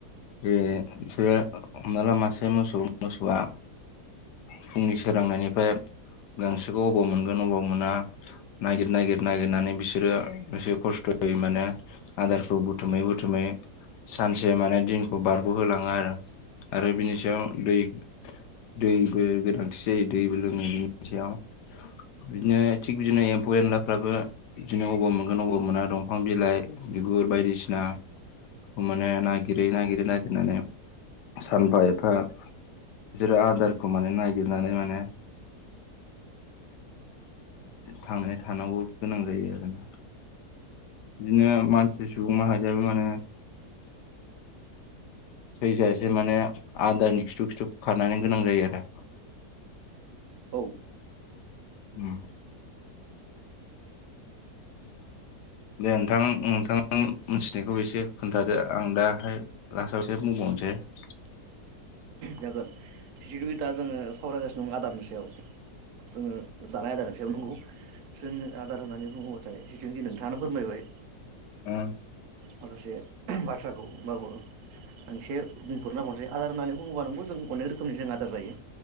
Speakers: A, on the left; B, on the right.
A: बेफोरो हमना ला मासे मोसौ मोसौआ। फुंनि सोरांनायनिफ्राय गांसोखौ अबाव मोनगोन अबाव मोना नागिर नागिर। नागिरनानै बिसोरो एसे खस्थ'यै माने आदारखौ बुथुमै बुथुमै। सानसे माने दिनखौ बारग'होलाङो आरो आरो बिनि सायाव दै दैबो गोनांथि जायो दैबो लोङो बिनि सायाव। बिदिनो थिग बिदिनो एमफौ एनला फ्राबो बिदिनो अबाव मोनगोन अबाव मोना दंफां बिलाइ बिगुर बायदिसिना। माने नागिरै नागिरै नागिरनानै सानफा एफा। बिसोरो आदारखौ माने नागिरनानै माने। थांनानै थानांगौ गोनां जायो आरोना बिदिनो मानसि सुबुं माहारियाबो माने थैजासे माने आदारनि खिथु खिथु खारनो गोनां जायो आरो
B: औ
A: उम दे नोंथां नोंथां मिथिनायखौ एसे खोन्थादो आं दाहाय लास्टाव एसे बुंबाव <unintelligible>
B: जागोन बिसेखि दा जोङो सावरायगासिनो दं आदारनि सायाव जोङो जानाय आदारनि सायाव नंगौ जों आदार होननानै बुङोबाथाय जेखिन नोंथाङानो फोरमायबाय
A: आ
B: माखासे बाथ्राखौ होनबाबो आं एसे बुंफोरना <unintelligible> होननानै बुङोबा नोंगौ जों अनेक रोखोमनि जों आदार जायो